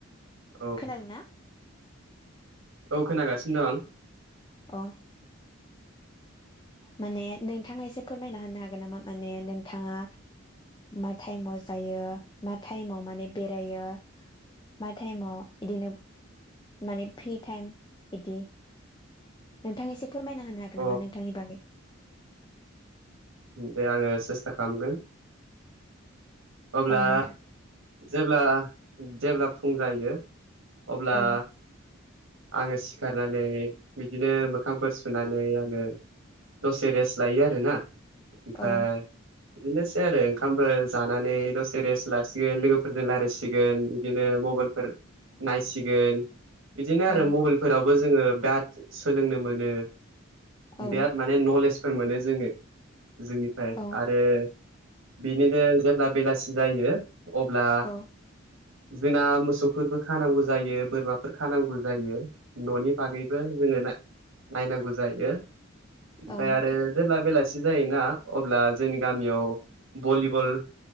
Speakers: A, on the right; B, on the left.
A: औ
B: खोनादोंना
A: औ खोनागासिनो दं आं
B: अ माने नोंथाङा एसे फोरमायना होनो हागोन नामा माने नोंथाङा मा टाइमाव जायो मा टाइमाव माने बेरायो मा टाइमाव इदिनो माने फ्रि टाइम इदि नोंथां एसे फोरमायना होनो हागोन
A: अ
B: नामा नोंथांनि बागै
A: दे आङो सेस्था खालामगोन अब्ला
B: औ नोंथां
A: जेब्ला जेब्ला फुं जायो अब्ला
B: औ
A: आङो सिखारनानै बिदिनो मोखांफोर सुनानै आङो दसे रेस्ट लायो आरोना ओमफाय
B: औ
A: बिदिनोसै आरो ओंखामफोर जानानै दसे रेस्ट लासिगोन लोगोफोरजों रालायसिगोन बिदिनो मबाइलफोर नायसिगोन बिदिनो आरो
B: औ
A: मबाइल फोरावबो जोङो बिराद सोलोंनो मोनो
B: औ
A: बिराद मा ने नलेजफोर मोनो जोङो जोंनिफ्राय
B: औ
A: आरो बिनिनो जेब्ला बेलासि जायो अब्ला
B: औ
A: जोंना मोसौफोरबो खानांगौ जायो बोरमाफोर खानांगौ जायो न'नि बागैबो जोङो नायनांगौ जायो ओमफाय
B: औ नोंथां
A: आरो जेब्ला बेलासि जायोना अब्ला जोंनि गामियाव भलिबल